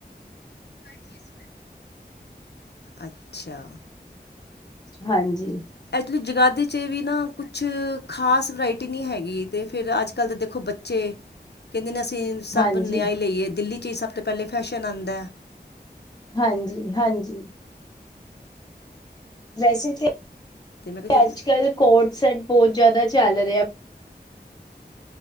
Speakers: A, on the left; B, on the left.
A: ਹਰ ਚੀਜ਼ ਅੱਛਾ।
B: ਹਾਂਜੀ।
A: ਐਕਚੁਲੀ ਜਗਾਦੇ 'ਚ ਵੀ ਨਾ ਕੁਛ ਖ਼ਾਸ ਵਰਾਇਟੀ ਨਹੀਂ ਹੈਗੀ, ਤੇ ਫਿਰ ਅੱਜ ਕੱਲ ਦੇ ਦੇਖੋ ਬੱਚੇ। ਕਹਿੰਦੇ ਨੇ ਅਸੀਂ ਸਭ
B: ਹਾਂਜੀ
A: ਨਿਆਂ ਹੀ ਲਈਏ, ਦਿੱਲੀ ਚ ਹੀ ਸਭ ਤੋਂ ਪਹਿਲੇ ਫੈਸ਼ਨ ਆਉਂਦਾ ਏ।
B: ਹਾਂਜੀ- ਹਾਂਜੀ। ਵੈਸੇ ਤਾਂ
A: ਅਤੇ ਮੈਂ ਕਿਹਾ ਚੱਲ
B: ਅੱਜ ਕੱਲ ਕੋਡ ਸੈਟ ਬਹੁਤ ਜ਼ਿਆਦਾ ਚੱਲ ਰਿਹਾ ਆ।